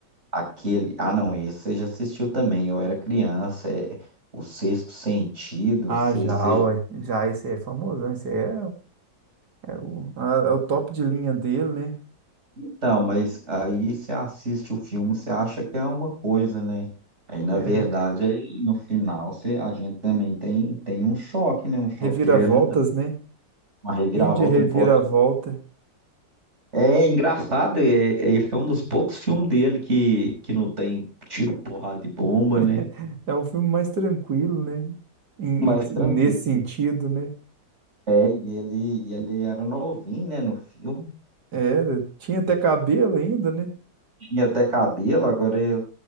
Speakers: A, on the right; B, on the right.
A: aquele. Ah, não, esse você já assistiu também. Eu era criança. É O Sexto Sentido.
B: ah,
A: Você,
B: já,
A: você já...
B: ué. Já, esse aí é famosão. Esse aí é. É o, a- é o top de linha dele, né?
A: Então, mas aí você assiste o filme, você acha que é uma coisa, né? Aí, na
B: É,
A: verdade, aí, no final, você, a gente também tem, tem um choque, né? Um choque
B: reviravoltas,
A: de realidade.
B: né?
A: Uma reviravolta,
B: Filme de reviravolta.
A: um plot. É engraçado, é, é- esse é um dos poucos filmes dele que, que não tem tiro, porrada e bomba,
B: <laughs>
A: né?
B: É um filme mais tranquilo, né? Em-
A: Mais
B: em- si,
A: tranquilo.
B: nesse sentido, né?
A: É, e ele, e ele era novinho, né, no filme.
B: Era. Tinha até cabelo ainda, né?
A: Tinha até cabelo, agora ele,